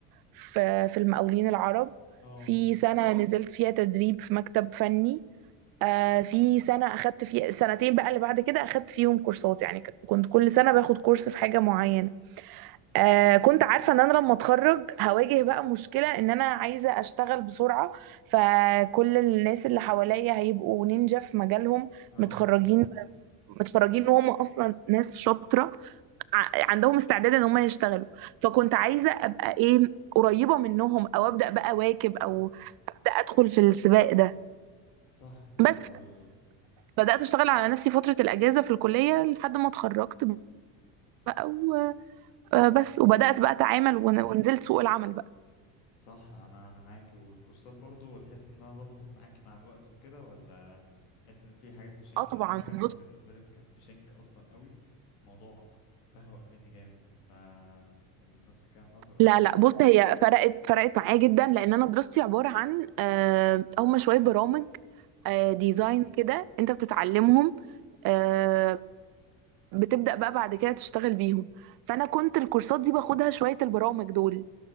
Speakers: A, on the right; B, on the left.
A: في في المقاولين العرب
B: اه
A: في سنة نزلت فيها تدريب في مكتب فني آه في
B: مم.
A: سنة أخدت فيها سنتين بقى اللي بعد كده أخدت فيهم كورسات يعني ك- كنت كل سنة باخد كورس في حاجة معينة آه كنت عارفة إن أنا لما أتخرج هواجه بقى مشكلة إن أنا عايزة أشتغل بسرعة فكل الناس اللي حواليا هيبقوا نينجا في مجالهم
B: اه
A: متخرجين
B: صح
A: متخرجين وهم أصلا ناس شاطرة ع- عندهم استعداد ان هم يشتغلوا فكنت عايزه ابقى ايه قريبه منهم او ابدا بقى واكب
B: صح
A: او ابدا ادخل في السباق ده
B: صح
A: بس
B: طب وال
A: بدات اشتغل على نفسي فتره الاجازه في الكليه لحد ما اتخرجت بقى وبس
B: مم.
A: وبدات بقى اتعامل ون- ونزلت سوق العمل بقى
B: صح انا انا معاكي والكورسات برضو تحس انها ظبطت معاكي مع الوقت وكده ولا تحس ان في حاجات في شنك
A: اه طبعا
B: لان انا كان
A: بص
B: بالنسبه لي كان في شنك اصلا قوي موضوع بهوأ مني جامد ف ال- نفس الكلام حصل ولا
A: لا
B: ايه اللي
A: لا
B: حصل
A: بص هي فرقت فرقت معايا جدا لان انا دراستي عباره عن آه، هم شويه برامج
B: مم.
A: آه، ديزاين كده انت بتتعلمهم آه، بتبدأ بقى بعد كده تشتغل بيهم فأنا كنت
B: مم.
A: الكورسات دي باخدها شوية البرامج دول